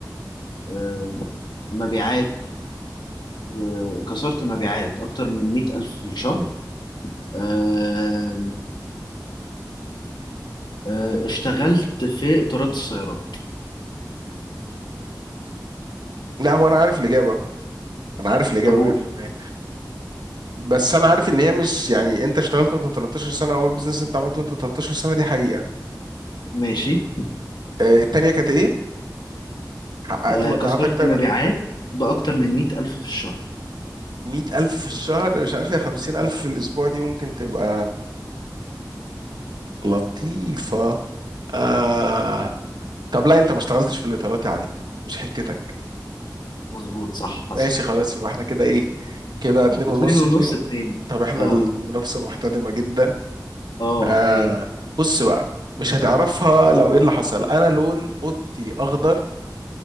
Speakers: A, on the left; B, on the right.
A: آه، مبيعات آه، كسرت مبيعات أكتر من 100 ألف في الشهر آه، آه، اشتغلت في إطارات السيارات
B: لا هو انا عارف الاجابة انا عارف الاجابة
A: طب قول
B: 100% بس انا عارف ان هي مش يعني انت اشتغلت وانت 13 سنة اول بيزنس انت عملته وانت 13 سنة دي حقيقة
A: ماشي
B: آه، التانية كانت ايه حققت
A: آه،
B: مبيعات
A: كسرت
B: اكتر
A: مبيعات بأكتر من مئة ألف في الشهر
B: 100000 في الشهر مش عارف يا 50000 في الاسبوع دي ممكن تبقى لطيفة آه. طب لا انت ما اشتغلتش في الاطارات يا علي مش حتتك
A: مظبوط صح حصل
B: ماشي خلاص يبقى احنا كده ايه كده اتنين
A: اتنين
B: ونص
A: ونص
B: اتنين
A: اتنين
B: طب احنا
A: اه
B: المنافسة محتدمة جدا
A: اه
B: آه.
A: حقيقي
B: بص بقى مش هتعرفها لو ايه اللي حصل انا لون اوضتي اخضر